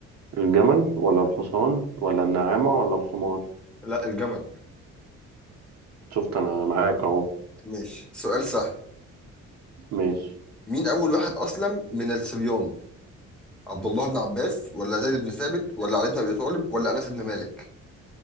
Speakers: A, on the right; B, in the centre.
A: الجمل ولا الحصان ولا النعامة ولا الحمار
B: لا الجمل
A: شفت أنا معاك أهو
B: ماشي سؤال سهل
A: ماشي
B: مين أول واحد أسلم من الصبيان عبد الله بن عباس ولا زيد بن ثابت ولا علي بن أبي طالب ولا أنس بن مالك